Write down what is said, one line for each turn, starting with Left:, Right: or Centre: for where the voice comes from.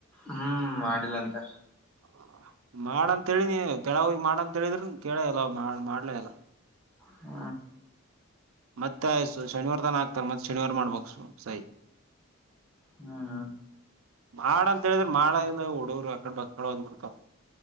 Centre: ಹ್ಮ್ ಮಾಡಿಲ್ಲಂತ
Right: <inaudible>
Centre: ಹ್ಮ
Right: ಮತ್ತೆ ಆಯ್ಸು ಶನಿವಾರ ತಾನ ಹಾಕ್ತಾರೆ ಮತ್ತೆ ಶನಿವಾರ ಮಾಡ್ಬಕ್ಸು ಸೈ
Centre: ಹ್ಮ್ ಹ್ಮ
Right: ಮಾಡ ಅಂತ ಹೇಳಿದ್ರೆ ಮಾಡ ಇಲ್ಲ ಉಡವರು ಆಕಡೆ ಬ ಅದ್ ಬಿಡ್ತಾವ